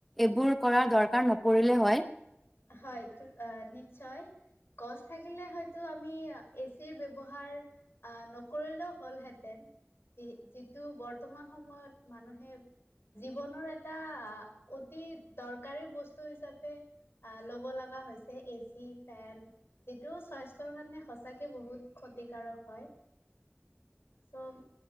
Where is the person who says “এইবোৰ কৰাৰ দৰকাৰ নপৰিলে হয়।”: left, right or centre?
Centre